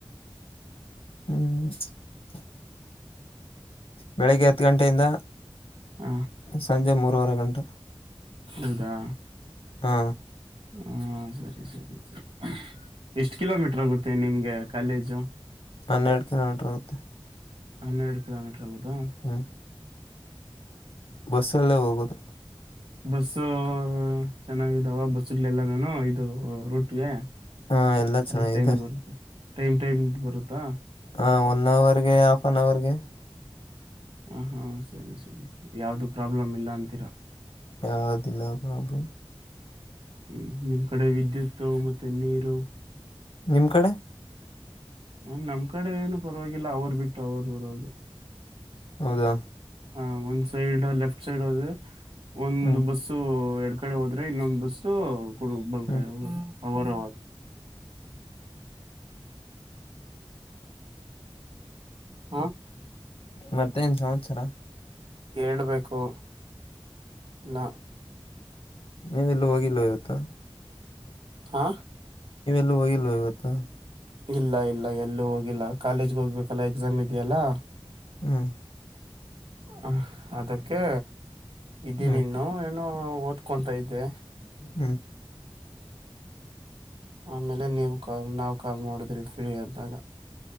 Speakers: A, on the left (about 80°); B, on the right (about 80°).
A: ಹ್ಮ್ ಬೆಳಿಗ್ಗೆ ಹತ್ತು ಗಂಟೆಯಿಂದ
B: ಹ
A: ಸಂಜೆ ಮೂರರುವರೆ ಗಂಟೆ
B: ಹೌದಾ
A: ಹಾ
B: ಹಾ ಸರಿ ಸರಿ ಸರಿ ಎಷ್ಟ ಕಿಲೋಮೀಟರ್ ಆಗುತ್ತೆ ನಿಮ್ಗೆ ಕಾಲೇಜು
A: ಹನ್ನೆರಡು ಕಿಲೋಮೀಟರ ಆಗುತ್ತೆ
B: ಹನ್ನೆರಡು ಕಿಲೋಮೀಟರ್ ಆಗುದಾ
A: ಹ್ಮ್ ಬಸ್ಸಲ್ಲೇ ಹೋಗೋದು
B: ಬಸ್ಸ ಚೆನ್ನಾಗಿದಾವ ಬಸ್ಗಳೆಲ್ಲ ನಾನು ಇದು ರೂಟ್ಗೆ
A: ಹಾ ಎಲ್ಲಾ ಚೆನ್ನಾಗಿದೆ
B: ಅರೆ ಟೈಮ್ ಬರುತ್ತಾ ಟೈಮ್ ಟೈಮ್ ಬರುತ್ತಾ
A: ಹ ಒಂದ ಅವರ್ಗೆ ಹಾಫ್ ಅನ್ ಅವರ್ಗೆ
B: ಹ ಹಾ ಸರಿ ಸರಿ ಯಾವ್ದು ಪ್ರಾಬ್ಲಮ್ ಇಲ್ಲ ಅಂತೀರಾ
A: ಯಾವದಿಲ್ಲ ಪ್ರಾಬ್ಲಮ
B: ಹ್ಮ ನಿಮ್ ಕಡೆ ವಿದ್ಯುತ್ ಮತ್ತೆ ನೀರು
A: ನಿಮ್ ಕಡೆ
B: ಹ ನಮ್ ಕಡೆ ಏನು ಪರವಾಗಿಲ್ಲ ಅವರು ಬಿಟ್ಟು ಅವರು ಬರೋದು
A: ಹೌದಾ
B: ಹಾ ಒನ್ ಸೈಡ್ ಲೆಫ್ಟ್ ಸೈಡ್ ಹೋದ್ರೆ ಒಂದು್
A: ಹ್ಮ್
B: ಬಸ್ ಎಡ್ ಕಡೆ ಹೋದ್ರೆ ಇನ್ನೊಂದ್ ಬಸ್ಡ ಬಲ್ಕ
A: ಹ್ಮ್
B: ಅವರ ಅವ ಹಾ
A: ಮತ್ತೆನ್ ಸಂವತ್ಸರ
B: ಹಳ್ಬೇಕು ಇಲ್ಲ
A: ನೀನು ಎಲ್ಲೂ ಹೋಗಿಲ್ಲ ಇವತ್ತು
B: ಹಾ
A: ಲ್ ಇವತ್ತು
B: ಇಲ್ಲ ಇಲ್ಲ ಎಲ್ಲೂ ಹೋಗಿಲ್ಲ ಕಾಲೇಜ್ಗೆ ಹೋಗ್ಬೇಕಲ್ಲ ಎಕ್ಸಾಮ್ ಇದೆಯಲ್ಲಾ
A: ಹ್ಮ್
B: ಹ ಅದಕ್ಕೆ ಇದಿನ
A: ಹ್ಮ್
B: ಇನ್ನು ಏನೋ ಓದ್ಕೊಂತ ಇದ್ದೆ
A: ಹ್ಮ್
B: ಆಮೇಲೆ ನೀವು ಕಾಲ್ ನಾವ್ ಕಾಲ್ ಮಾಡಿದ್ರಿ ಫ್ರೀ ಆದ್ದಾಗ